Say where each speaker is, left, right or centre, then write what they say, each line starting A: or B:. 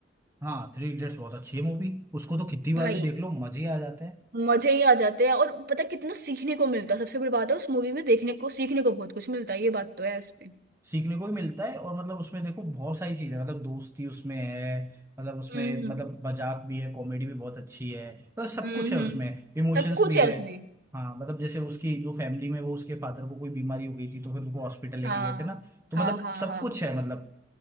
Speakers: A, on the right; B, on the right.
A: हाँ थ्री इडियट्स बहुत अच्छी है मूवी उसको तो कितनी बार
B: भाई
A: भी देख लो मजे ही आ जाते हैं।
B: मजे ही आ जाते हैं और पता कितना सीखने को मिलता है सबसे बड़ी बात है उस मूवी में देखने को सीखने को बहुत कुछ मिलता है ये बात तो है इसमें
A: सीखने को ही मिलता है और मतलब उसमें देखो बहुत सारी चीजें हैं। मतलब दोस्ती उसमें है मतलब उसमें
B: हम्म
A: मतलब मजाक भी है कॉमेडी भी बहुत अच्छी है मतलब सब
B: हम्म
A: कुछ है
B: हम्म
A: उसमें इमोशंस
B: सब कुछ
A: भी
B: है
A: है
B: उसमें
A: हाँ मतलब जैसे उसकी जो फैमिली में वो उसके फादर को कोई बीमारी हो गई थी तो फिर उसको हॉस्पिटल लेके
B: हाँ
A: गए थे ना तो
B: हाँ
A: मतलब
B: हाँ
A: सब
B: हाँ
A: कुछ है मतलब